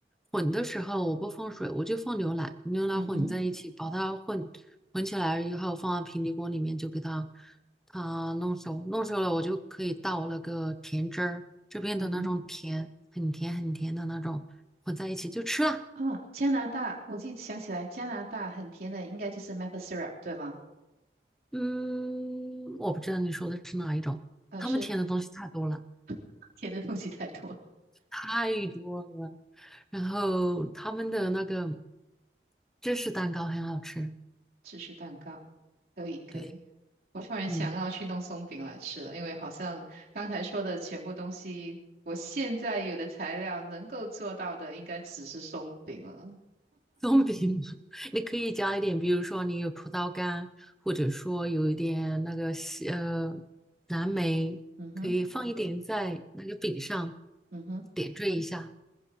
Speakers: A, in the centre; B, on the right.
A: 混的时候我不放水，我就放牛奶，牛奶混在一起，
B: 嗯哼，
A: 把它混混起来以后，放在平底锅里面就给它它弄熟，弄熟了我就可以倒那个甜汁儿，这边的那种甜，
B: 嗯哼，
A: 很甜很甜的那种，混在一起就吃了。
B: 啊，加拿大，我自己想起来，加拿大很甜的，应该就是 maple syrup 对吗？
A: 嗯，我不知道你说的是哪一种，
B: 呃，
A: 他们甜的东西太多了。
B: 是 <laughs> 甜的东西太多了，
A: 太多了。然后他们的那个芝士蛋糕很好吃，
B: 芝士蛋糕，可以，可以。
A: 对，
B: 我突然想要去弄松饼来吃了，
A: 嗯，
B: 因为好像刚才说的全部东西，我现在有的材料能够做到的，应该只是松饼了。
A: 松饼 <laughs> 你可以加一点，比如说你有葡萄干，或者说有一点那个西呃蓝莓，
B: 嗯哼，
A: 可以放一点在那个饼上，
B: 嗯哼，
A: 点缀一下，